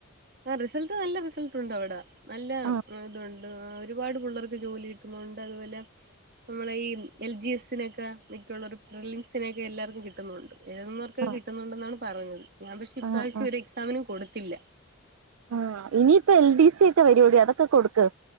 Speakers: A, on the right; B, on the right.
A: ആഹ് റിസൽട്ട് നല്ല റിസൽട്ടുണ്ട് അവിടെ നല്ല
B: ആഹ്
A: ഇതു ണ്ട് ഒരുപാട് പിള്ളേർക്ക് ജോലി കിട്ടുന്നുണ്ട് അതുപോലെ നമ്മളെ ഈ എൽ ജി എസ്സിനൊക്കെ മിക്കള്ളൊരു പ്രിലിംസിനൊക്കെ എല്ലാർക്കും കിട്ടുന്നുണ്ട് എഴുതുന്നോർക്കൊക്കെ
B: ആഹ്
A: കിട്ടുന്നുണ്ടെന്നാണ് പറഞ്ഞത് ഞാൻ പക്ഷെ ഇപ്രാവശ്യം
B: ആഹ് ആഹ്
A: ഒരു എക്സാമിനും കൊടുത്തില്ല
B: ആഹ് ഇനിയിപ്പൊ എൽ ഡി സി ഒക്കെ വരൂടി അതൊക്കെ കൊട്ക്ക്